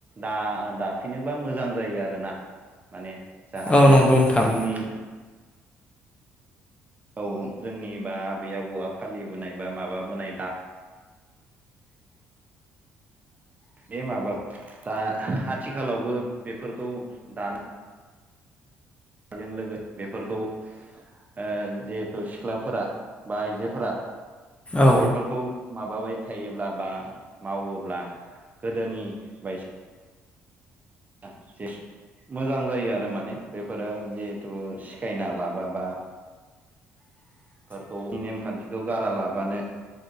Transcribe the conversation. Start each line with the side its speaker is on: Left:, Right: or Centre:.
Right: दा- दा फिनोबा मोजां जायो आरोना माने जाहाथे
Left: औ नंगौ नोंथां
Right: जोंनि औ जोंनि बा आबै आबौआ फालिबोनाय बा माबाबोनाय दा बे माबा दा आथिखालावबो बेफोरखौ दानाय बेजों लोगो बेफोरखौ ओ जिहेथु सिख्लाफोरा बा आइजोफोरा
Left: औ
Right: बेफोरखौ माबाबाय फोथायायोब्ला बा मावोब्ला गोदोनि बाय <unintelligible> मोजां जायो आरो माने बेफोरो जिहेथु सिखायना लाबाबा फोरखौ नेमखान्थिखौ गारा लाबानो